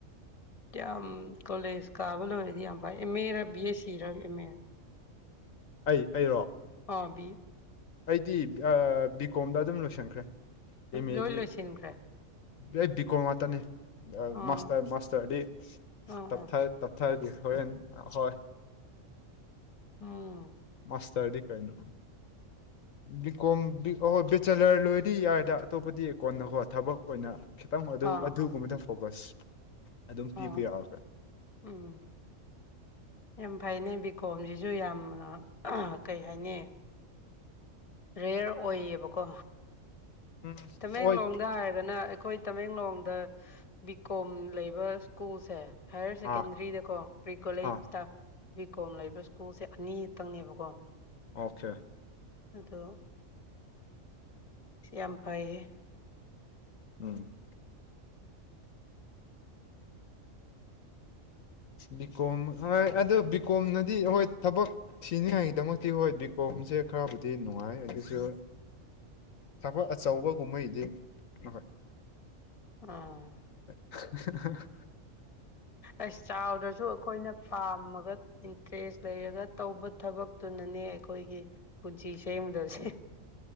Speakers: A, on the left; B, on the left.
A: ꯌꯥꯝ ꯀꯣꯂꯦꯖ ꯀꯥꯕ ꯂꯣꯏꯔꯗꯤ ꯌꯥꯝ ꯐꯩ M R B S sir M A <inaudible>
B: ꯑꯩ ꯑꯩꯔꯣ
A: ꯑꯥ ꯕꯤ
B: ꯑꯩꯗꯤ ꯕꯤ ꯀꯣꯝꯗ ꯑꯗꯨꯝ ꯂꯣꯏꯁꯟꯈ꯭ꯔꯦ ꯑꯦꯝ
A: ꯂꯣꯏ
B: ꯑꯦꯗꯤ
A: ꯂꯣꯏꯁꯤꯟꯈ꯭ꯔꯦ
B: ꯑꯩ ꯕꯤꯀꯣꯝ ꯉꯥꯛꯇꯅꯤ
A: ꯑꯥ
B: ꯃꯥꯁꯇꯔ ꯃꯥꯁꯇꯔꯗꯤ
A: ꯑꯥ
B: ꯇꯞꯊ
A: ꯑꯥ
B: ꯇꯞꯊꯔꯒꯦ ꯍꯣꯏ ꯍꯣꯏ
A: ꯑ
B: ꯃꯥꯁꯇꯔꯗꯤ ꯀꯥꯏꯅ ꯕꯤ ꯀꯣꯝꯕꯤ ꯑꯣꯏ ꯕꯦꯆꯦꯂꯔ ꯂꯣꯏꯔꯗꯤ ꯌꯥꯏꯗ ꯑꯇꯣꯞꯄꯗꯤ ꯀꯣꯟꯅꯀꯣ ꯊꯕꯛ ꯑꯣꯏꯅ ꯈꯤꯇꯪ
A: ꯑꯥ
B: ꯑꯗꯨꯒꯨꯝꯕꯗ
A: ꯑꯥ
B: ꯐꯣꯀꯁ ꯑꯗꯨꯝ ꯄꯤꯕ
A: ꯑꯥ
B: ꯌꯥꯎꯒꯦ
A: ꯎꯝ ꯌꯥꯝ ꯐꯩꯅꯦ ꯕꯤ ꯀꯣꯝꯁꯤꯁꯨ ꯌꯥꯝꯅ ꯀꯩ ꯍꯥꯏꯅꯤ ꯔꯦꯌꯔ ꯑꯣꯏꯌꯦꯕꯀꯣ
B: ꯎꯝ
A: ꯇꯃꯦꯡꯂꯣꯡꯗ
B: ꯍꯣꯏ
A: ꯍꯥꯏꯔꯒꯅ ꯑꯩꯈꯣꯏ ꯇꯃꯦꯡꯂꯣꯡꯗ ꯕꯤ ꯀꯣꯝ ꯂꯩꯕ ꯁ꯭ꯀꯨꯜꯁꯦ ꯍꯥꯌꯔ ꯁꯦꯀꯦꯟꯗꯔꯤꯗꯀꯣ
B: ꯑꯥ
A: ꯄ꯭ꯔꯤ ꯀꯣꯂꯦꯖꯇ
B: ꯑꯥ
A: ꯕꯤ ꯀꯣꯝ ꯂꯩꯕ ꯁ꯭ꯀꯨꯜꯁꯦ ꯑꯅꯤꯛꯇꯪꯅꯦꯕꯀꯣ
B: ꯑꯣꯀꯦ
A: ꯑꯗꯣ ꯁꯤ ꯌꯥꯝ ꯐꯩꯌꯦ
B: ꯎꯝ ꯕꯤꯀꯣꯝ ꯑꯗꯣ ꯕꯤꯀꯣꯝꯅꯗꯤ ꯍꯣꯏ ꯊꯕꯛ ꯁꯤꯅꯤꯉꯥꯏꯒꯤꯗꯃꯛꯇꯤ ꯍꯣꯏ ꯕꯤꯀꯣꯝ ꯁꯦ ꯈꯔꯕꯨꯗꯤ ꯅꯨꯡꯉꯥꯏ ꯑꯗꯨꯁꯨ ꯊꯕꯛ ꯑꯆꯧꯕ ꯀꯨꯝꯍꯩꯗꯤ ꯑꯣꯏ
A: ꯑꯥ
B: <inaudible>
A: ꯑꯁ ꯆꯥꯎꯗ꯭ꯔꯁꯨ ꯑꯩꯈꯣꯏꯅ ꯄꯥꯝꯃꯒ ꯏꯟꯇꯔꯦꯁ ꯂꯩꯔꯒ ꯇꯧꯕ ꯊꯕꯛꯇꯨꯅꯅꯦ ꯑꯩꯈꯣꯏꯒꯤ ꯄꯨꯟꯁꯤꯁꯤ ꯁꯦꯝꯗꯧꯁꯦ